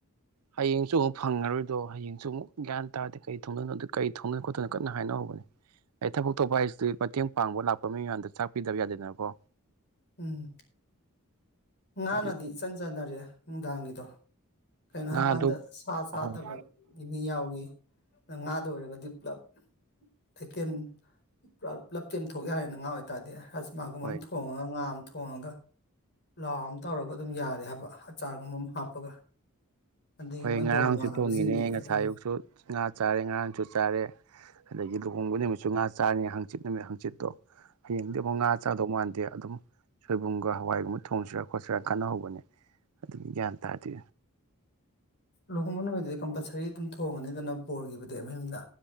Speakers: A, on the right; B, on the left.
A: ꯍꯌꯦꯡꯁꯨ ꯑꯃꯨꯛ ꯐꯪꯉꯔꯣꯏꯗꯣ ꯍꯌꯦꯡꯁꯨ ꯑꯃꯨꯛ ꯒ꯭ꯌꯥꯟ ꯇꯥꯗꯦ ꯀꯩ ꯊꯣꯡꯗꯣꯏꯅꯣꯗ ꯀꯩ ꯊꯣꯡꯅꯣ ꯈꯣꯠꯇꯣꯏꯅ ꯀꯟꯅ ꯍꯥꯏꯅꯍꯧꯕꯅꯦ ꯑꯩ ꯊꯕꯛ ꯊꯣꯛꯄ ꯍꯥꯏꯁꯤꯗꯤ ꯃꯇꯦꯡ ꯄꯥꯡꯕ ꯂꯥꯛꯄ ꯃꯤ ꯃꯌꯥꯝꯗ ꯆꯥꯛ ꯄꯤꯗꯕ ꯌꯥꯗꯦꯗꯅꯀꯣ
B: ꯎꯝ ꯉꯥꯅꯗꯤ
A: ꯍꯥꯏꯗꯤ
B: ꯏꯆꯟ ꯆꯅꯔꯦ ꯅꯨꯡꯗꯥꯡꯒꯤꯗꯣ ꯀꯩꯅꯣ
A: ꯉꯥꯗꯣ
B: ꯍꯥꯏꯀꯥꯟꯗ ꯁꯥ ꯆꯥꯗꯕ
A: ꯍꯣꯏ
B: ꯃꯤ ꯃꯤ ꯌꯥꯎꯏ ꯅꯪ ꯉꯥꯗꯣ ꯑꯣꯏꯔꯒꯗꯤ ꯄꯨꯂꯞ ꯂꯩꯇꯦꯝ ꯄꯨꯔ ꯄꯨꯂꯞꯇꯦꯝ ꯊꯣꯛ ꯌꯥꯔꯦꯅ ꯉꯥ ꯍꯥꯏꯇꯥꯔꯗꯤ ꯃꯥꯒꯨꯝ
A: ꯍꯣꯏ
B: ꯃꯥꯝ ꯊꯣꯡꯉ ꯉꯥꯝ ꯊꯣꯡꯉꯒ ꯄꯂꯥꯎ ꯑꯝ ꯇꯧꯔꯒ ꯑꯗꯨꯝ ꯌꯥꯔꯦ ꯍꯥꯏꯕ ꯑꯆꯥꯔꯒꯨꯝꯕ ꯑꯝ ꯍꯥꯞꯄꯒ ꯑꯗꯒꯤ
A: ꯍꯣꯏ
B: ꯃꯣꯏ
A: ꯉꯔꯥꯡꯖꯨ
B: ꯕꯣꯔ ꯃꯃꯥꯟꯅꯕꯁꯤꯡꯒꯤꯁꯨ
A: ꯊꯣꯡꯉꯤꯅꯦ ꯉꯁꯥꯏ
B: ꯎꯝ
A: ꯑꯌꯨꯛꯁꯨ ꯉꯥ ꯆꯥꯔꯦ ꯉꯔꯥꯡꯁꯨ ꯆꯥꯔꯦ ꯑꯗꯒꯤ ꯂꯨꯍꯣꯡꯕꯩ ꯅꯨꯃꯤꯠꯁꯨ ꯉꯥ ꯆꯥꯔꯅꯤ ꯍꯥꯡꯆꯤꯠ ꯅꯨꯃꯤꯠ ꯍꯥꯡꯆꯤꯠꯇꯣ ꯍꯌꯦꯡꯗꯤ ꯑꯃꯨꯛ ꯉꯥ ꯆꯥꯗꯧ ꯃꯥꯟꯗꯦ ꯑꯗꯨꯝ ꯁꯣꯏꯕꯨꯝꯒ ꯍꯋꯥꯏꯒꯨꯝꯕ ꯊꯣꯡꯁꯤꯔꯥ ꯈꯣꯠꯁꯤꯔꯥ ꯈꯟꯅꯍꯧꯕꯅꯦ ꯑꯗꯨꯅꯤ ꯒ꯭ꯌꯥꯟ ꯇꯥꯗꯦ
B: ꯂꯨꯍꯣꯡꯕ ꯅꯨꯃꯤꯠꯗꯨꯗꯤ ꯀꯝꯄꯜꯁꯔꯤ ꯑꯗꯨꯝ ꯊꯣꯡꯉꯅꯤꯗꯅ ꯕꯣꯔꯒꯤꯕꯨꯗꯤ ꯃꯌꯨꯝꯗ